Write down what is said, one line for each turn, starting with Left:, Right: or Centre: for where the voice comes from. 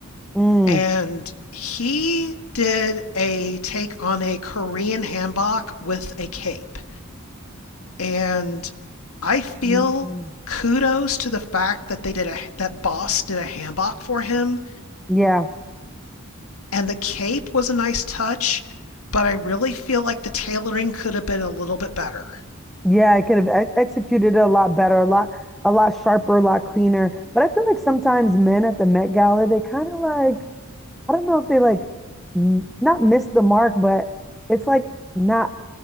Centre: Mm.
Left: And he did a take on a Korean hanbok with a cape. And I feel
Centre: Mm.
Left: kudos to the fact that they did a that boss did a hanbok for him
Centre: Yeah.
Left: and the cape was a nice touch but i really feel like the tailoring could have been a little bit better
Centre: Yeah, I could have ex executed it a lot better, a lot a lot sharper, a lot cleaner. But I feel like sometimes men at the Met Gala, they kind of like, I don't know if they like m- not miss the mark, but it's like not